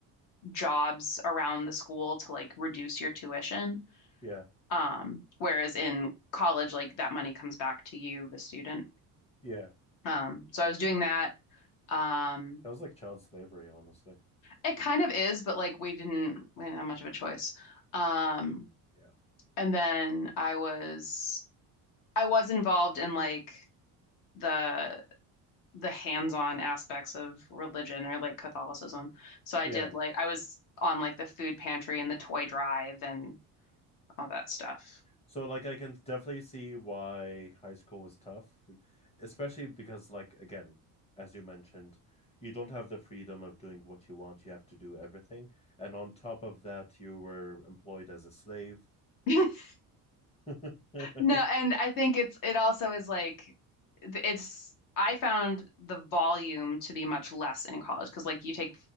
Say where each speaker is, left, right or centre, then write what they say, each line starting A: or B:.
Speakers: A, on the left (about 55°); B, on the left (about 15°).
A: jobs around the school to like reduce your tuition.
B: Yeah.
A: Um, whereas in college, like that money comes back to you, the student.
B: Yeah.
A: Um, so I was doing that. Um,
B: That was like child slavery, honestly.
A: it kind of is, but like we didn't we didn't have much of a choice. Um,
B: Yeah.
A: And then I was I was involved in like the the hands-on aspects of religion or like Catholicism. So I
B: Yeah.
A: did like I was on like the food pantry and the toy drive and all that stuff.
B: So like I can definitely see why high school was tough, especially because like again, as you mentioned, you don't have the freedom of doing what you want. You have to do everything. And on top of that, you were employed as a slave.
A: <laughs>
B: <laughs>
A: No, and I think it's it also is like it's I found the volume to be much less in college because like you take